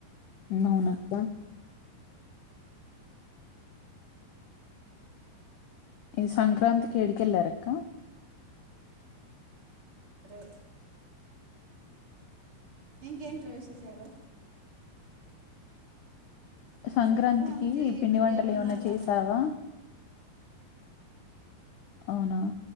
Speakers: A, on the left; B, on the right.
A: నవునాక్క ఈది సంక్రాంతికి ఎడికి వెళ్ళారక్క
B: అే ఇంకేంట విశేషాలు
A: సంక్రాంతికి
B: సంక్రాంతి
A: ఈ పిండి
B: ఇక్కడే
A: వంటలు
B: ఉన్నాను
A: ఏమనా
B: రా
A: చేసావా
B: నేను
A: అవునా